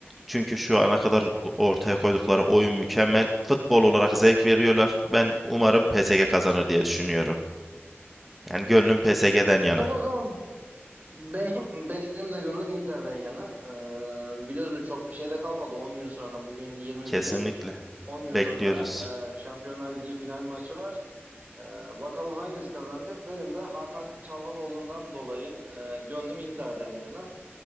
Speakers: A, in the centre; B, on the right.
A: Çünkü şu ana kadar ortaya koydukları oyun mükemmel. Futbol olarak zevk veriyorlar. Ben umarım PSG kazanır diye düşünüyorum. Yani gönlüm PSG'den yana.
B: Ya bakalım. Benim benim de gönlüm Inter'den yana. Ee, biliyorsun çok bir şey de kalmadı. 10 gün sonra bugün 21'i.
A: Kesinlikle.
B: on
A: Bekliyoruz.
B: gün sonra e, Şampiyonlar Ligi final maçı var. Ee, bakalım hangisi kazanacak? Benim de Hakan Çalhanoğlu'ndan dolayı e, gönlüm Inter'den yana.